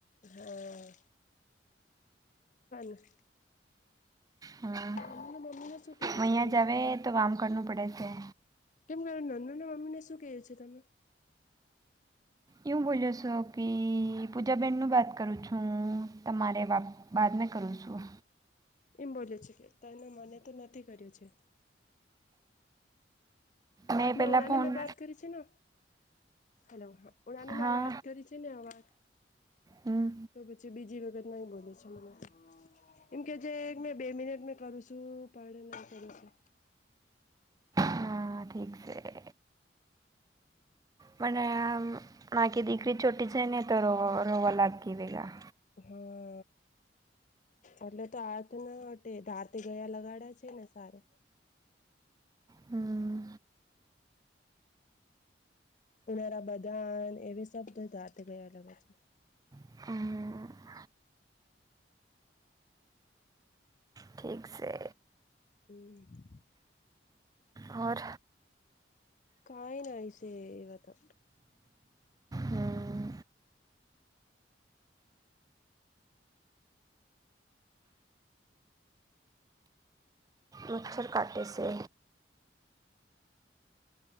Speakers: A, on the left; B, on the right.
A: હા <unintelligible>
B: હા.
A: <unintelligible>
B: અહીંયા
A: તમે?
B: જાવે તો વામ કરવું પડે છે.
A: કેમ કર નંદુની મમ્મીને શું કહીએ છે તમે.
B: એવુ બોલ્યો છો કે પૂજાબેનનું વાત કરું હું તમારે વાત બાદને કરું છું.
A: એમ બોલે છે કે તને મને તો નથી કર્યું છે.
B: મેં
A: એટલે
B: પહેલાં
A: ઉનાને
B: ફોન
A: મેં વાત કરી છે ને હલો હા. ઓલા ની
B: હા
A: મેં વાત કરી છે ને વાત
B: હમ
A: તો પછી બીજી વખત નહી બોલે છે મને. એમ કે છે મેં બે મિનિટ મે કરું છું પડે ન કરીશુ
B: હા ઠીક છે મને નાકી દીકરી ચોટી જાય ને તો રો રોવા લાગકી ગયા.
A: હા. એટલે તો હાથ ના અટે ધારતે ગયા લગાડ્યા છે ને સારે
B: હમ
A: ઉુનારા બદાન એવી સબ તો જાતે ગયા અલગ હ છે.
B: આ. ઠીક છે.
A: હમ્મ
B: ઓર
A: કઈ ન છેવ હવે તો
B: હમ મચ્છર કાટે છે.